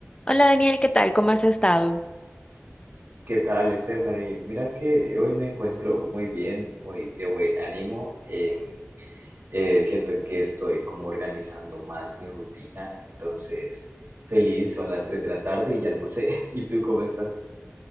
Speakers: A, on the left; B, on the right.
A: Hola Daniel, ¿qué tal? ¿Cómo has estado?
B: ¿Qué tal, Stephanie? Mira que hoy me encuentro muy bien, muy de buen ánimo. em, eh, siento que estoy como organizando más mi rutina, entonces feliz, son las 3 de la tarde y ya almorcé. <laughs> ¿Y tú cómo estás?